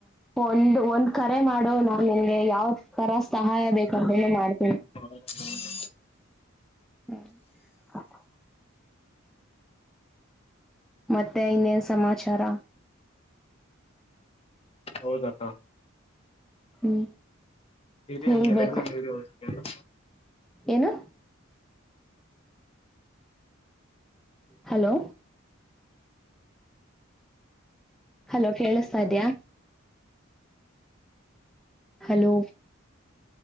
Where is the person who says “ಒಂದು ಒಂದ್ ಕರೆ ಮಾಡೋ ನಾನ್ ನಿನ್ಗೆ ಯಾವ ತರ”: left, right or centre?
Centre